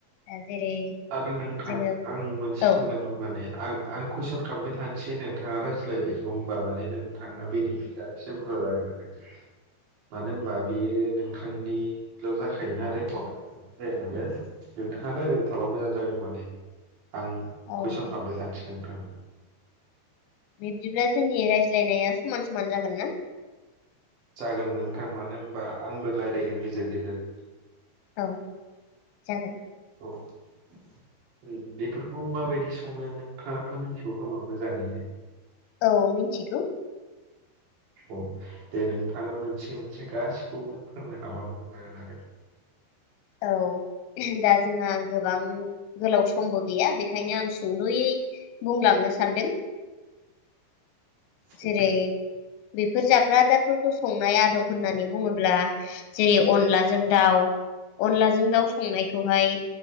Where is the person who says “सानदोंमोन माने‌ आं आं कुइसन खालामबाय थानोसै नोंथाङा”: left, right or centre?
Right